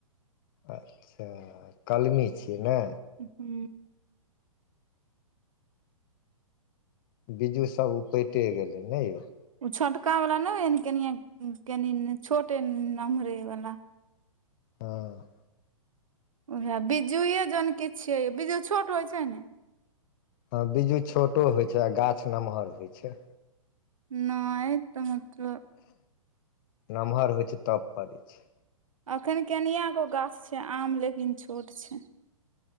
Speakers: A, on the left (about 40°); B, on the right (about 70°).
A: अच्छा कलमी छियै ने
B: हू
A: बिजू सब ऊपैटे गेलै ने यौ
B: ओ छोटकावला नहि ह कनि-कनि छोटे नमहरेवला
A: हँ
B: उएह बिज्जूए जनके छियै यौ बिज्जू छोट होइत छै ने
A: ह बिज्जू छोटो होइ छै आ गाछ नमहर होइ छै
B: नहिय तऽ मतलब
A: नमहर होइ छै तब फरै छै
B: एखन केनिआँगो गाछ छै आम लेकिन छोट छै